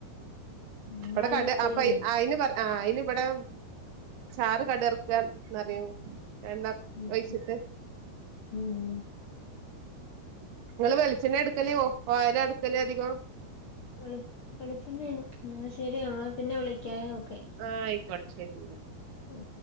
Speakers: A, on the right; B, on the left.
A: അപ്പടെ
B: നിങ്ങളതിന്
A: കട്
B: ഉപ്പേരിന്ന്
A: അപ്പൊ അയ്ന് പറ ആ അയ്ന് ഇവിടെ ചാറ് കടറക്കാന്നറയും. എണ്ണ
B: പറയും
A: ഒഴിച്ചിട്ട്
B: ഉം ഉം
A: ഇങ്ങള് വെളിച്ചെണ്ണേ എടുക്കല് ഒ ഓയല എടുക്കല് അധികോം.
B: വെളി വെളിച്ചെണ്ണ ണ് ന്നാ ശരി <unintelligible> പിന്നെ വിളിക്കാവേ ഓക്കെ
A: ആ അയ്ക്കോട്ടെ ശരിന്നാ.
B: മ്